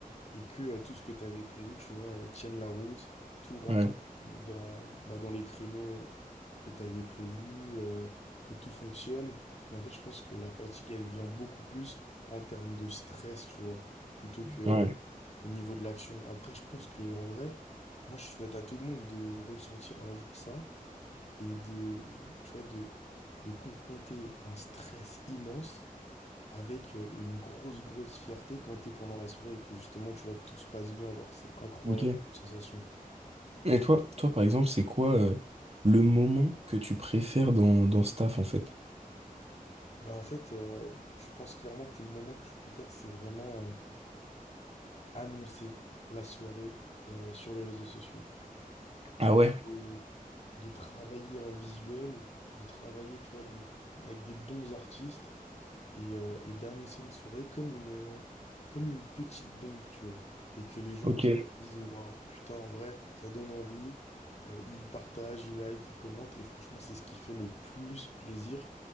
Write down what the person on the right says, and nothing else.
ouais,
ouais.
Ok.
Et toi, toi par exemple, c'est quoi euh, le moment que tu préfères dans, dans ce taf en fait?
Ah
ouais?
Ok.